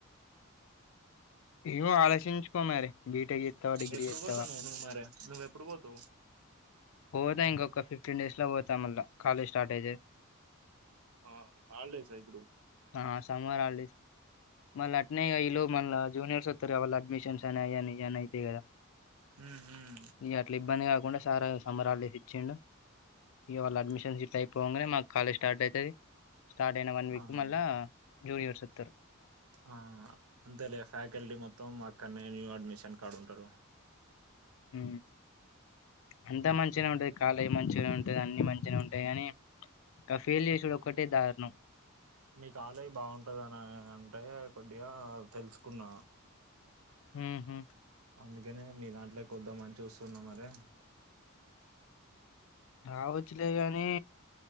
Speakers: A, on the left (about 65°); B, on the right (about 85°).
A: ఏమో ఆలోచించుకో మరి బీటెక్ చేత్తవా? డిగ్రీ
B: ఎప్పుడు
A: చేత్తవా?
B: పోతావ్ నువ్వు నువ్వు మరి నువ్వు ఎప్పుడు పోతావు
A: పోతా ఇంకొక ఫిఫ్టన్ డేస్ లో పోతా మళ్ళా కాలేజ్ స్టార్టేజెస్
B: ఆహా హాలిడేసా ఇప్పుడు
A: ఆ సమ్మర్ హాలిడేస్ మళ్ళ అట్నె ఈ లోపు మల్లా జూనియర్స్ వత్తరు వాళ్ళ అడ్మిషన్స్ అని అయ్ అని ఏమనయితే కద
B: హ్మ్ హ్మ్
A: ఇగ అట్లా ఇబ్బంది కాకుండా సారా సంబరాలుకి ఇచ్చిండు ఇవాళ అడ్మిషన్ షిఫ్ట్ అయిపోగానే మాకు కాలేజ్ స్టార్ట్ అయితది స్టార్ట్ అయిన వన్ వీక్
B: ఆ
A: మళ్ళా జూనియర్స్ త్త
B: ఆ అంతే లే ఫ్యాకల్టీ మొత్తం అక్కడనే న్యూ అడ్మిషన్ కాడ ఉంటరు
A: ఊ అంతా మంచిగానే ఉంటది కాలేజ్ మంచిగనే ఉం అన్ని మంచినే ఉంటయి కానీ గా ఫెయిల్ చేసేది ఒక్కటే దారుణం
B: మీ కాలేజ్ బావుంటదని అంటే కొద్దిగా తెలుసుకున్నాను
A: ఊహూ
B: అందుకనే మీ దాంట్లో కి వద్దామని చూస్తున్న మరి
A: రావచ్చులేగాని!